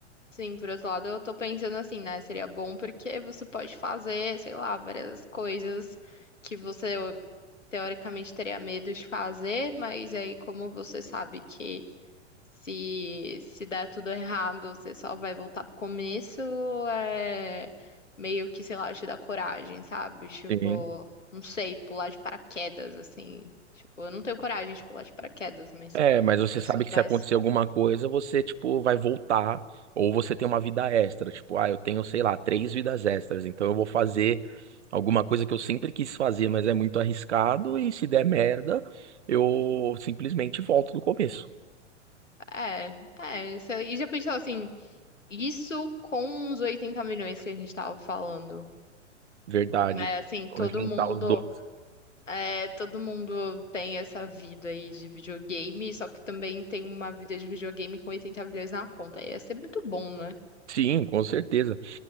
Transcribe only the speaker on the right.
Sim.
É, mas você
sabe
que se acontecer alguma coisa, você, tipo, vai voltar, ou você tem uma vida extra, tipo, ah, eu tenho, sei lá, três vidas extras, então eu vou fazer alguma coisa que eu sempre quis fazer, mas é muito arriscado, e se der merda, eu simplesmente volto do começo.
Verdade.
Vamos
juntar
os dois.
Sim, com certeza.